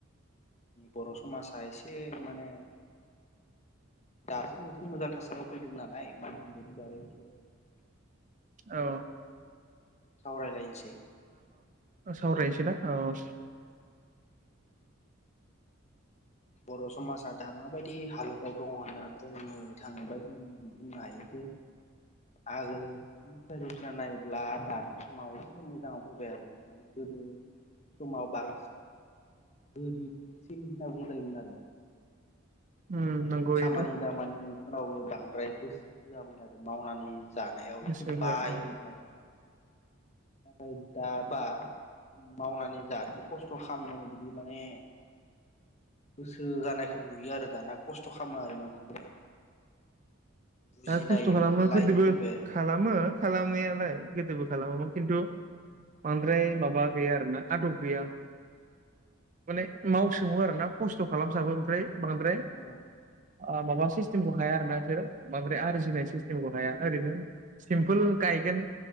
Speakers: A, on the left (about 35°); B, on the right (about 35°).
A: बर' समाजा एसे माने दासो एसे मोजां थासारियाव फैदों नालाय <unintelligible>
B: औ
A: सावरायलायनोसै
B: सावरायसैना औ
A: बर' समाजा दा माबायदि हालोदाव दङ होनना बुंनो थाङोबा जों बुंनो हायो जे आगोलनि <unintelligible> नायोब्ला दानि समाव एसे मोजाङाव फैबाय आरो माने गोदो समाव बां गोरिबसिन होनना बुं जायोमोन आरो
B: उम
A: माने
B: नंगौ
A: खामानि
B: बेथ'
A: दामानि फ्रावबो बांद्राय गोसो होआमोन आरो मावनानै जानायाव
B: गोसो
A: एसे
B: होआ
A: बायोमोन
B: औ
A: आरो नाथाय दा बा मावनानै जानो खस्थ' खालामनो बिदि माने गोसो जानायखौ नुयो आरो दाना खस्थ' खालामो आरो मानसिफोरा बुजिनाय
B: दा खस्थ' खालामो
A: मोनसे लाइनाव
B: गोदोबो
A: फैबाय आरो
B: खालामो खालामनायालाय गोदोबो खालामामोन खिन्थु बांद्राय माबा गैया आरो ना आदब गैया माने मावस सङो आरो ना खस्थ' खालामसाबो ओमफ्राय बांद्राय
A: औ
B: ओ माबा सिस्टेम खौ हाया आरो ना बिसोरो बांद्राय आरजिनाय सिस्टेमखौ हाया ओरैनो सिम्पोल गायगोन